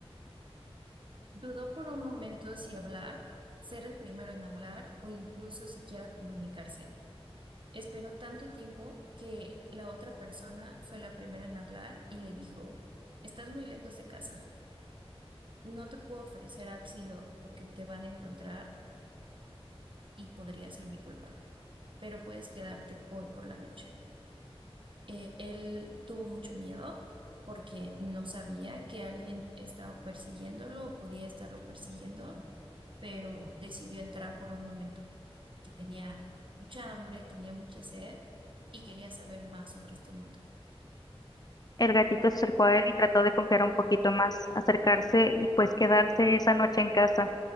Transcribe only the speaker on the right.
dudó por un momento si hablar, ser el primero en hablar o incluso siquiera comunicarse Esperó tanto tiempo que la otra persona fue la primera en hablar y le dijo, estás muy lejos de casa, no te puedo ofrecer asilo porque te van a encontrar y podría ser mi culpa, pero puedes quedarte hoy por la noche. Eh, él tuvo mucho miedo porque no sabía que alguien estaba persiguiéndolo o podía estarlo persiguiendo, pero decidió entrar por un momento porque tenía mucha hambre, tenía mucha sed y quería saber más sobre este mundo.